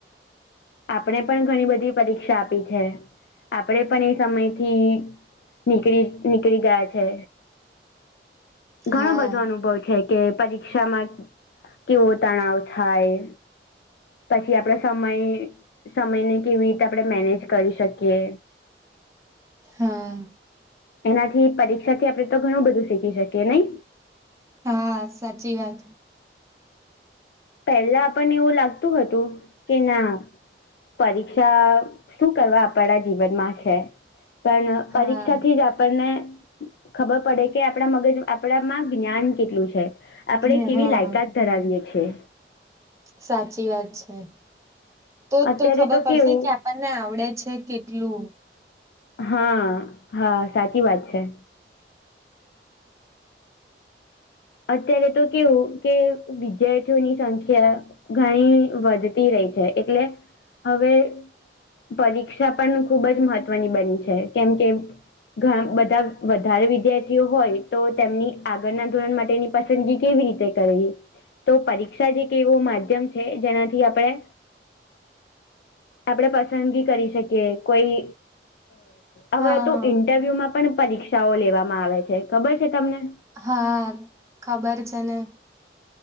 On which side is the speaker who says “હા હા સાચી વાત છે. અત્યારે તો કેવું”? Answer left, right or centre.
Left